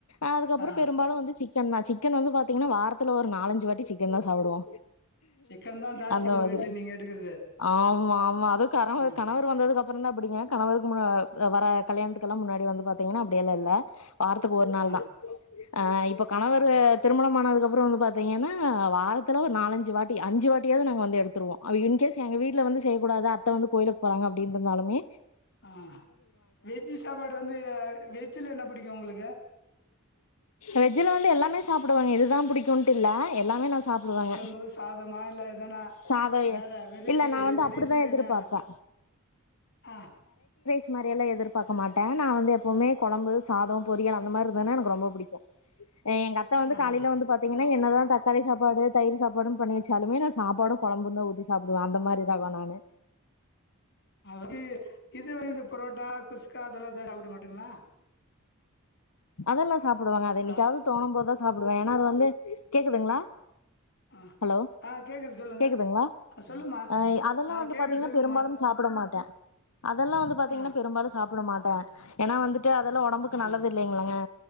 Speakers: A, on the left; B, on the left.
A: அதுக்கப்றோ
B: ஆ
A: பெரும்பாலு வந்து சிக் ன்னா சிக்கன் வந்து பாத்தீங்கன்னா வாரத்துல ஒரு நாலஞ்சு வாட்டி சிக்கன் தா சாப்புடுவோ
B: சிக்கன் தா ஜாஸ்தி
A: அந்த
B: உங்க
A: மாதிரி
B: வீட்ல நீங்க எடுக்கறது
A: ஆமா ஆமா அது கரவ
B: ம்
A: கணவர் வந்ததுக்கப் அப்பறந்தா அப்டிங்க கணவருக்கு முன்ன வர கல்யாணத்துக்கெலா முன்னாடி வந்து பாத்திங்கனா அப்டி எல்லா இல்ல வாரத்துக்கு ஒரு நாள்
B: ஆ
A: தா ஆ இப்ப கணவரு திருமணமானதுக்கப்புற வந்து பாத்திங்கனா வாரத்துல ஒரு நாலஞ்சு வாட்டி அஞ்சு வாட்டியாது நாங்க வந்து எடுத்துருவோ யுன்கேஸ் எங்க வீட்ல வந்து செய்யக்கூடாது அத்த வந்து கோயிலுக்கு போறாங்க அப்டின்ருந்தாலுமே
B: ஆ வெஜ் சாப்பாடு வந்து வெஜ்ல என்ன பிடிக்கு உங்ளுக்கு
A: வெஜ் இதுல வந்து எல்லாமே சாப்டுவாங்க இதுதா பிடிக்குன்ட்டு இல்ல எல்லாமே நா சாப்டுவாங்க
B: கொழம்பு சாதமா இல்ல எதனா
A: சாதோ
B: வேற வெரெய்ட்டி
A: இல்ல நா வந்து
B: வெரெய்ட்டில
A: அப்டிதா எதிர்பாப்பே
B: என்ன ஆ
A: இது மாரியெல்லா எதிர்பாக்க மாட்டே நா வந்து எப்பவுமே கொழம்பு, சாத, பொரியல் அந்த மாரி இருந்துதுனா எனக்கு ரொம்ப புடிக்கு எ எங்க அத்த வந்து
B: ஆ
A: காலையில
B: ஆ
A: வந்து பாத்தீங்க என்னதா தக்காளி சாப்பாடு, தயிர் சாப்பாடுன் பண்ணி வச்சாலுமே நா சாப்பாடு கொழம்புந்தா ஊத்தி சாப்டுவ அந்த மாரி தவா நானு
B: அவுரு இது வந்து பரோட்டா, குஸ்கா அதெல்லா சாப்ட மாட்டங்ளா
A: அதெல்லாஸ் சாப்புடுவாங்க அது
B: ஹலோ
A: என்னைக்காவது தோணும் போதாஸ் சாப்பிடுவே ஏன்னா அது வந்து கேக்குதுங்ளா
B: ஆ
A: ஹலோ
B: ஆ கேக்குது சொல்லுங்க
A: கேக்குதுங்ளா
B: ஆ சொல்லுமா
A: அ அதெலா
B: ஆ
A: வந்து
B: கேக்குது
A: பாத்திங்னா
B: சொல்லுங்கமா
A: பெரும்பாலும் சாப்ட மாட்டே அதெல்லா வந்து பாத்திங்னா
B: ஆ
A: பெரும்பாலு சாப் புட மாட்டே ஏன்னா வந்துட் ஏ அதெல்லா ஒடம்புக்கு
B: ஆ
A: நல்லது ங்ளங்க